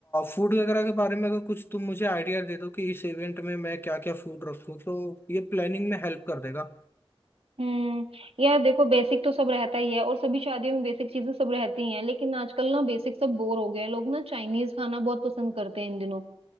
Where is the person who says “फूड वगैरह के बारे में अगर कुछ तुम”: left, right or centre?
Left